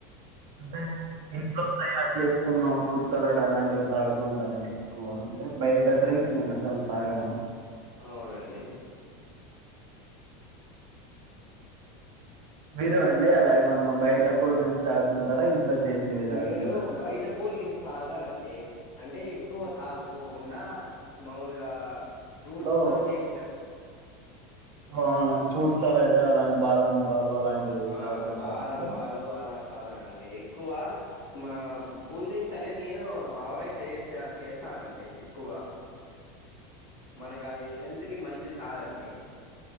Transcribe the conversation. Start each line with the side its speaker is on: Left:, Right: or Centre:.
Right: అంటే ఇంట్లో తయారు చేసుకున్న ఫుడ్ సలాడ్ అలాంటివి తాగుతుంటా అండి ఎక్కువ అంటే బయట డ్రింక్స్ నేను అస్సలు తాగను.
Left: అవునండి.
Right: మీరు అండి అలా ఏమన్నా బయట కూల్ డ్రింక్స్ తాగుతుంటారా? ఇంట్లో చేసినవి తాగుతుంటారా
Left: నేను బయట కూల్ డ్రింక్స్ తాగనండి. అంటే ఎక్కువ తాగకోకుండా. మాములుగా ఫ్రూట్స్
Right: లో
Left: తో చేసిన,
Right: అవునండి. ఫ్రూట్ సలాడ్ అలాంటి బాదాం పాలు అలాంటివి
Left: ఆ
Right: తాగుతుంటారండి
Left: బాదం పాలు అలా కాదనఅండి ఎక్కువ మా కూల్ డ్రింక్స్ అనేది నేను అవాయిడ్ చే చేస్తా. కాదండి ఎక్కువ. మనకి అది హెల్త్ కి మంచిది కాదండి.